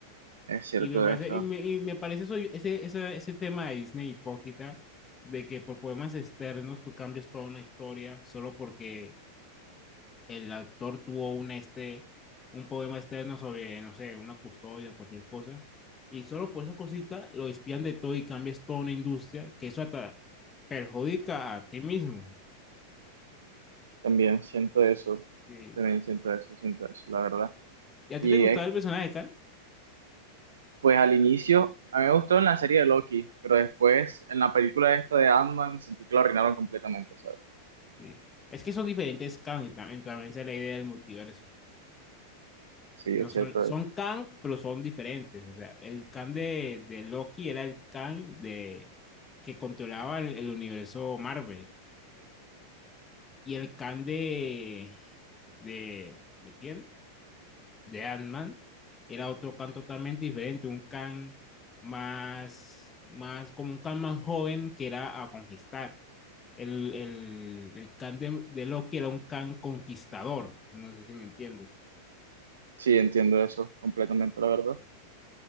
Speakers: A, on the right; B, on the left.
A: Es cierto
B: Y me parece,
A: eso.
B: y me, y me parece eso, ese, ese, ese tema de Disney hipócrita, de que por poemas externos tú cambias toda una historia solo porque el autor tuvo un, este, un poema externo sobre, no sé, una custodia, cualquier cosa, y solo por esa cosita lo espían de todo y cambias toda una industria, que eso hasta perjudica a ti mismo.
A: También siento eso.
B: Sí.
A: También siento eso, siento eso, la verdad.
B: ¿Y a
A: Y
B: ti te gustaba
A: es
B: el personaje de Khan?
A: Pues al inicio, a mí me gustó en la serie de Loki, pero después en la película esta de Ant-Man sentí que lo arruinaron completamente, ¿sabes?
B: Sí. Es que son diferentes Khan, y ta- y también esa es la idea del multiverso.
A: Sí,
B: No
A: es
B: son,
A: cierto.
B: son
A: eh.
B: Kang, pero son diferentes. O sea, el Kang de, de Loki era el Kang de, que controlaba el, el universo Marvel. Y el Kang de, de, ¿de quién? De Ant-Man era otro Kang totalmente diferente, un Kang más, más, como un Kang más joven que era a conquistar. El, el, el Kang de, de Loki era un Kang conquistador, no sé si me entiendes.
A: Sí, entiendo eso completamente, la verdad.